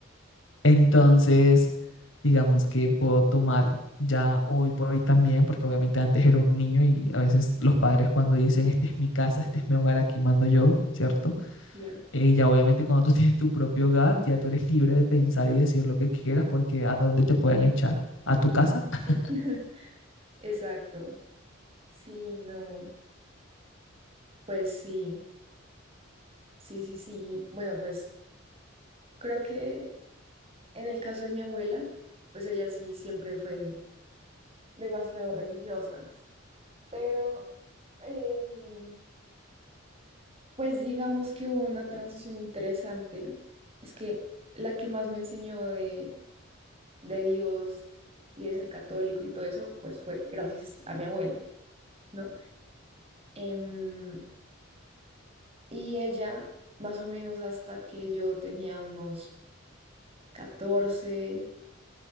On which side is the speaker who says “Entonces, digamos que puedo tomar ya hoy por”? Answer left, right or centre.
Left